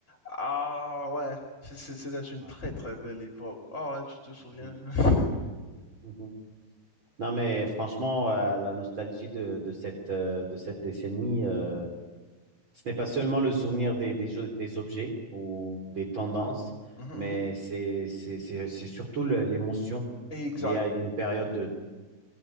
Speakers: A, on the left; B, on the right.
A: Ah ouais, C'est- c'est- c'était une
B: <laughs> ouais.
A: très très belle époque. Ah ouais, tu te souviens.
B: Mhm,
A: <laughs>
B: mhm. Non, mais franchement, euh, la nostalgie de, de cette, euh, de cette décennie, euh, ce n'est pas seulement le souvenir des, des, jeux- des objets ou des tendances,
A: Mhm,
B: mais
A: mhm.
B: c'est, c'est, c'est, c'est surtout le- l'émotion
A: Exact,
B: liée à une période de,